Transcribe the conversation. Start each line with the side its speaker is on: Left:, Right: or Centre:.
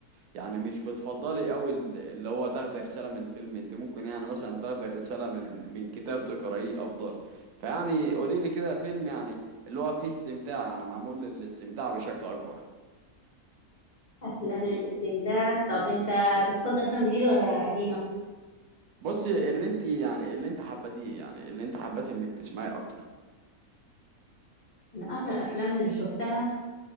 Right: يعني مش بتفضلي قوي ال- اللي هو تاخدي رساله من فيلم انت ممكن يعني مثلا تاخدي رساله من من كتاب تقرايه افضل فيعني قولي لي كده فيلم يعني اللي هو فيه استمتاع يعني معمول للاستمتاع بشكل اكبر
Left: أفلام للاستمتاع طب أنت بتفضل أفلام جديدة ولا قديمة؟
Right: بصي اللي انت يعني اللي انت حبتيه يعني اللي انت حبتي انك تسمعيه اكتر
Left: من آخر الأفلام اللي شفتها